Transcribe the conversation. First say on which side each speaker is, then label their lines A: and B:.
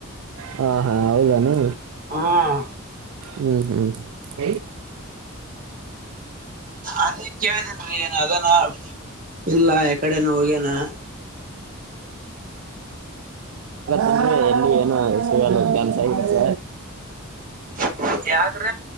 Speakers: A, on the right (about 80°); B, on the right (about 40°).
A: ಹಾ ಹಾ ಹೌದೆನು
B: ಹ್ಮ್
A: ಹ್ಮ್ ಹ್ಮ್ <unintelligible> <unintelligible> <unintelligible> <unintelligible>
B: ಅದೇ ಕೇಳಿದೇನ್ರಿ ಏನ್ ಅದನ ಇಲ್ಲ ಯಕಡೆನ ಹೋಗ್ಯನ
A: ಎಲ್ಲಿ ಏನು ಸಿಗಲ್ಲ ಕೆಲ್ಸ ಗಿಲ್ಸ
B: <unintelligible> ಯಾಗ್ರ